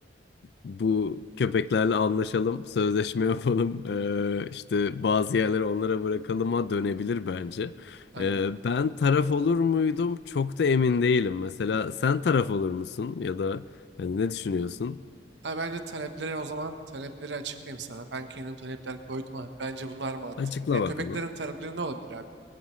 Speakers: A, on the left; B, on the right.
A: bu köpeklerle anlaşalım, sözleşme yapalım, eee, işte bazı yerleri onlara bırakalıma dönebilir bence.
B: Aynen.
A: Eee, ben taraf olur muydum? Çok da emin değilim. Mesela sen taraf olur musun ya da hani ne düşünüyorsun?
B: Ha, bence talepleri o zaman talepleri açıklayayım sana. Ben kendim talepler koydum abi. Bence bunlar mantıklı
A: Açıkla
B: diye. Köpeklerin
A: bakalım.
B: talepleri ne olabilir abi?